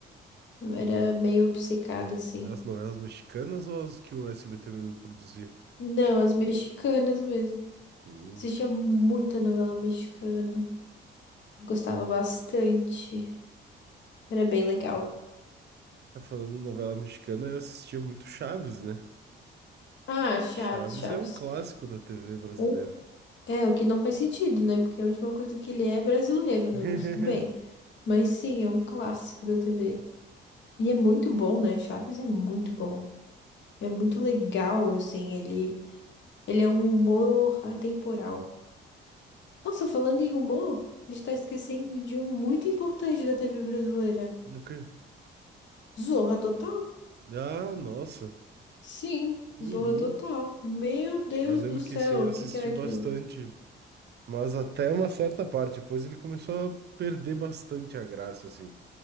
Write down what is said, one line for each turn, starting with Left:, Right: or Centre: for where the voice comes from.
Left: Eu era meio obcecada, assim.
Right: As novelas mexicanas ou as que o SBT mesmo produzia?
Left: Não, as mexicanas mesmo.
Right: Hum.
Left: Assistia muita novela mexicana. Gostava bastante. Era bem legal.
Right: É, Falando em novela mexicana, eu assistia muito Chaves, né?
Left: Ah, Chaves,
Right: Chaves
Left: Chaves.
Right: é um clássico da TV brasileira.
Left: Um- É, o que não faz sentido, né? Porque a última coisa que ele é é brasileiro, né?
Right: <laughs>
Left: Mas tudo bem. Mas sim, é um clássico da TV. E é muito bom, né? Chaves é muito bom. É muito legal, assim. Ele, ele é um humor atemporal. Nossa, falando em humor, a gente tá esquecendo de um muito importante da TV brasileira.
Right: O quê?
Left: Zorra Total?
Right: Ah, nossa.
Left: Sim,
Right: Uhum.
Left: Zorra Total. Meu Deus
Right: Eu lembro
Left: do céu,
Right: que esse aí eu
Left: o
Right: assisti
Left: que que era aquilo?
Right: bastante, mas até uma certa parte. Depois ele começou a perder bastante a graça, assim.